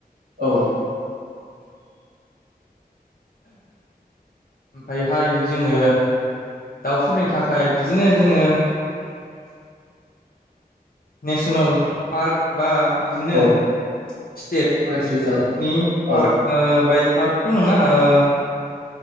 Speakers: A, on the right; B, on the left.
A: औ
B: ओमफायहाय जोङो दाउफोरनि थाखाय बिदिनो जोङो नेसनेल पार्क बा बिदिनो
A: औ
B: स्टेटनि
A: फरेस्ट रिजार्भ औ
B: पार्क बाय पार्कथ' नङा ओ